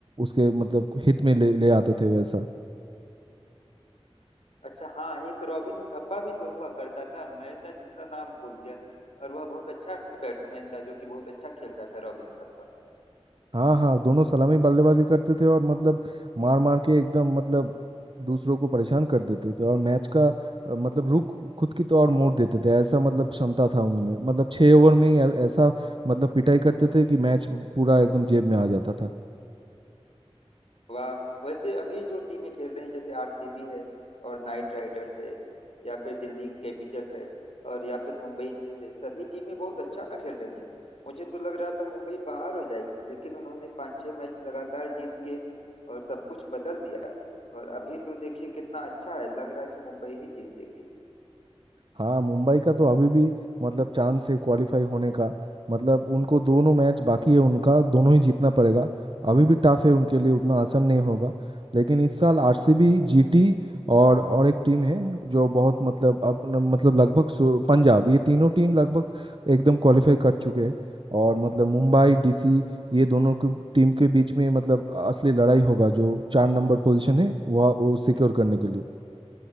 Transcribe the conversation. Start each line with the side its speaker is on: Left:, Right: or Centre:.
Right: उसके मतलब हित में ले ले आते थे वैसा
Left: अच्छा हाँ एक रॉबिन उथप्पा भी तो हुआ करता था मैं शायद उसका नाम भूल गया और वह बहुत अच्छा बैट्समैन था जो कि बहुत अच्छा खेलता था रॉबिन उथप्पा
Right: हाँ हाँ दोनों सलामी बल्लेबाजी करते थे और मतलब मार मार के एकदम मतलब दूसरों को परेशान कर देते थे और मैच का अ, मतलब रुख खुद की तो और मोड़ देते थे ऐसा मतलब क्षमता था उनमें मतलब छः ओवर में ही ऐ- ऐसा मतलब पिटाई करते थे कि मैच पूरा एकदम जेब में आ जाता था
Left: वाह वैसे अभी जो टीमें खेल रही हैं जैसे आरसीबी है और नाइट राइडर्स है या फिर दिल्ली कैपिटल्स है और या फिर मुंबई इंडियंस है सभी टीमें बहुत अच्छा खेल रही हैं मुझे तो लग रहा था मुंबई बाहर हो जाएगी लेकिन उन्होंने पाँच छह मैच लगातार जीत के और सब कुछ बदल दिया और अभी तो देखिए कितना अच्छा है लग रहा है कि मुंबई ही जीतेगी
Right: हाँ मुंबई का तो अभी भी मतलब चांस है क्वालिफाई होने का मतलब उनको दोनों मैच बाकी है उनका दोनों ही जीतना पड़ेगा अभी भी टफ है उनके लिए उतना आसान नहीं होगा लेकिन इस साल आरसीबी जीटी और और एक टीम है जो बहुत मतलब अब न- मतलब लगभग सु- पंजाब ये तीनों टीम लगभग एकदम क्वालिफाई कर चुके हैं और मतलब मुंबई डीसी ये दोनों की टीम के बीच में मतलब असली लड़ाई होगा जो चार नंबर पोजीशन है वह वो सिक्योर करने के लिए